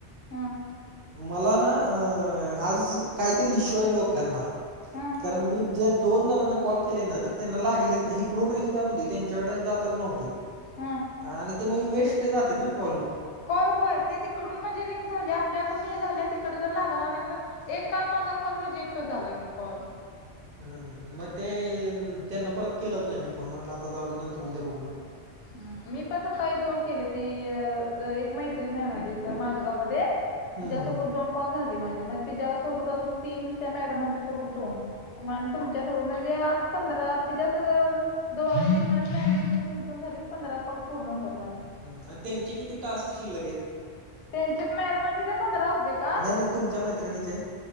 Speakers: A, on the left (about 85°); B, on the right (about 60°).
A: ह
B: मला ना. अ आज काहीतरी इशू आहे लोकांना.
A: ह
B: कारण मी जे दोन जणांना कॉल के. त्याना लागलीच नाही इकडून रिंग जात होती. त्याचा कडे जातच नव्हती.
A: ह
B: ते मग वेस्ट जातात ना कॉल.
A: कॉल होय ते तिकडून म्हणजे रिंग झाले आपल्याकडून हे झाले आणि तिकड जर लागला नाही तर. एक काल माझा कॉल रिजेक्ट झाला की कॉल.
B: हम् मग ते त्यांना परत केलंच नाही मी फोन म्हटलं आता जाऊ दे नंतर उद्या बघू म्हटले.
A: ह मी पण स काही दोन केले ती एक मैत्री नाही मागे माझ गाव मध्ये
B: हम्म.
A: तिच्यासोबत दोन कॉल झाली माझे म तिच्यासोबत अजून तीन त्या मॅडमांच्या सोबत दोन मण तुमच्या सोबत जे आ पंधरा तिच्या सगळं दोन आणि्या दोन झा क पंधरा कॉल पूर्ण होतात माझे
B: हम आणि त्यांचे किती टास्क शिल्लक आहेत.
A: त्यांचे मॅडमांचे ते पंधरा होते का
B: नाही नाही तुमच्या मैत्रिणीचे?